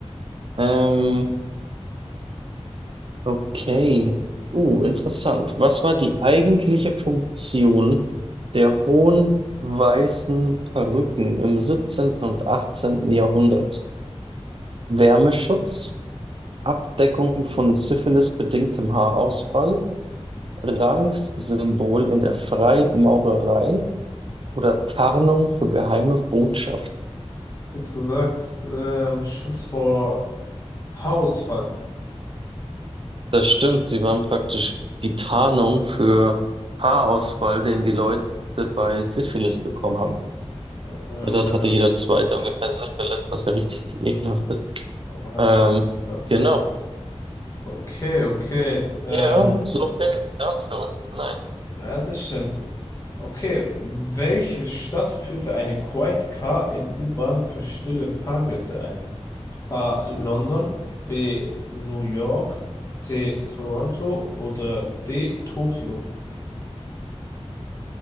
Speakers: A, on the right; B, on the left.
A: Ähm, okay. Uh, interessant. Was war die eigentliche Funktion der hohen weißen Perücken im 17. und 18. Jahrhundert? Wärmeschutz, Abdeckung von syphilisbedingtem Haarausfall, Rangssymbol in der Freimaurerei oder Tarnung für geheime Botschaften.
B: Ich <laughs> hätte gesagt, ähm, Schutz vor Haarausfall.
A: Das stimmt, sie waren praktisch die Tarnung für Haarausfall, den die Leute bei Syphilis bekommen haben.
B: Mm,
A: Weil dort hatte jeder Zweite ungefähr Syphilis, was ja richtig ekelhaft ist.
B: Hat
A: Ähm,
B: das.
A: genau.
B: Okay, okay. Ähm,
A: Ja, so viel dazu. Nice.
B: ja, das stimmt. Okay, welche Stadt führte eine Quiet Car in U-Bahn für stille Fahrgäste ein? A. London, B. New York, C. Toronto oder D. Tokio?